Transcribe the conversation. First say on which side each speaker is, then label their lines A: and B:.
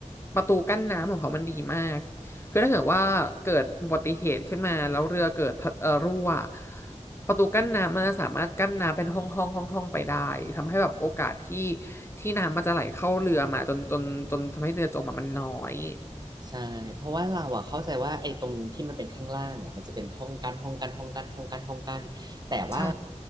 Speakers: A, on the left; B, on the right.
A: ประตูกั้นน้ำของเขามันดีมาก คือถ้าเกิดว่าเกิดอุบัติเหตุขึ้นมาแล้วเรือเกิดทะเอ่อรั่วประตูกั้นน้ำมันจะสามารถกั้นน้ำเป็นห้องห้องห้องห้องไปได้ทำให้แบบโอกาสที่ที่น้ำมันจะไหลเข้าเรือมาจนจนจนทำให้เรือจมอะมันน้อย
B: ใช่เพราะว่าเราอะเข้าใจว่าไอ้ตรงที่มันเป็นข้างล่างอะมันจะเป็นห้องกั้นห้องกั้นห้องกั้นห้องกั้นห้องกั้นแต่ว่า
A: ใช่